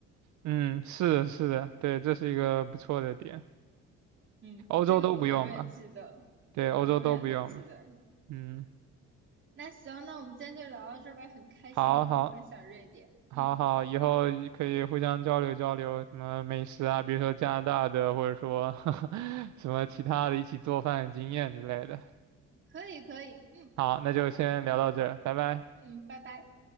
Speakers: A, on the right; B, on the right.
A: 嗯，是的，是的，对，这是一个不错的点。
B: 嗯，
A: 欧洲都不用吧？
B: 这个我永远记得，
A: 对，欧洲都不用吧？
B: 我永远的记得。
A: 嗯，
B: 那行，那我们今天就聊到这儿呗，很开心你跟我分享瑞典。
A: 好好。好好，
B: 嗯，
A: 以后可以互相交流交流什么美食啊，比如说加拿大的，或者说 <laughs> 什么其他的一起做饭的经验之类的。
B: 可以，可以，嗯，
A: 好，那就先聊到这儿，
B: 好，
A: 拜拜。
B: 嗯，拜拜。